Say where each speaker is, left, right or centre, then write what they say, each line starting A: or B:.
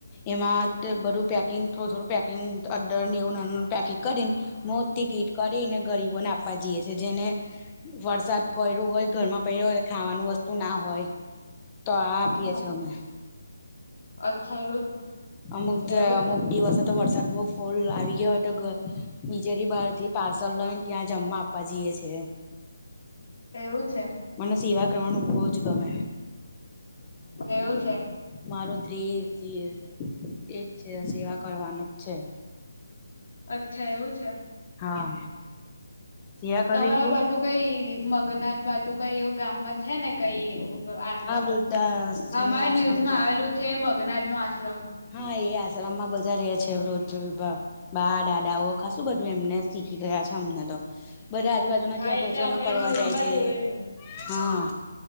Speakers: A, on the left; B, on the left.
A: એમાં બધું પેકિંગ થોડું થોડું પેકિંગ અદર ને એવું નાનું પેકિંગ કરીને મોટી કીટ કરીને ગરીબોને આપવા જઈએ છે જેને વરસાદ પડ્યો હોય ઘર માં પડ્યો હોય ખાવાનું વસ્તુ ના હોય તો આ આપીએ
B: હા
A: છીએ અમે
B: અચ્છા એવું છે.
A: અમુક જે
B: એવું
A: અમુક
B: છે
A: દિવસે તો વરસાદ ફોલ આવી ગયો હોય તો બીજે થી બહાર થી પાર્સલ લઈને ત્યાં જમવા આપવા જઈએ છે
B: એવું છે
A: મને સેવા કરવાનું બોજ ગમે
B: એવું છે
A: મારો ધ્યેય એજ છે સેવા કરવાનું જ છે
B: અચ્છા એવું છે.
A: હા સેવા કરવી
B: તમારા
A: ખુબ
B: બાજુ કઈ મગનાથ બાજુ કઈ એવું ગામ માં છે ને કઈ એવું વ આશ્રમ
A: હા વૃદ્ધાશ્રમ
B: અમારા
A: આશ્રમ
B: ન્યૂઝમાં આવેલું છે મગનાથ નું આશ્રમ
A: હા એ આશ્રમમાં બધા રેય છે રોજ વિભાગ બા દાદાઓ ખાસું બધું એમને શીખી ગયા છે અમને તો બધા આજુબાજુ જેના
B: હા
A: ક્યાં
B: એટલે
A: ભજનો
B: અમે
A: કરવા
B: ન્યૂઝમાં
A: જાય છે.
B: જોયેલું
A: હા